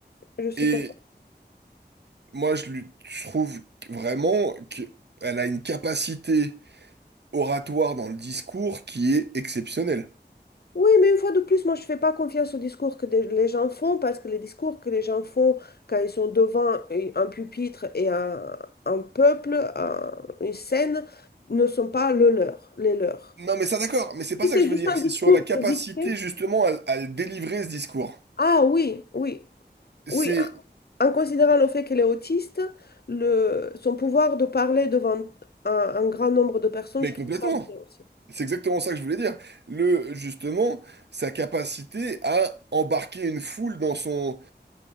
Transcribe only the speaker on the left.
Je suis
contente.
Oui, mais une fois de plus, moi, je ne fais pas confiance aux discours que des- les gens font parce que les discours que les gens font quand ils sont devant un pupitre et un, un peuple, un- une scène, ne sont pas le leur, les leurs.
Si
c'est
juste
un
discours,
c'est vite fait.
Ah oui, oui,
oui. En considérant le fait qu'elle est autiste, le, son pouvoir de parler devant un, un grand nombre de personnes,
je
trouve ça bien aussi.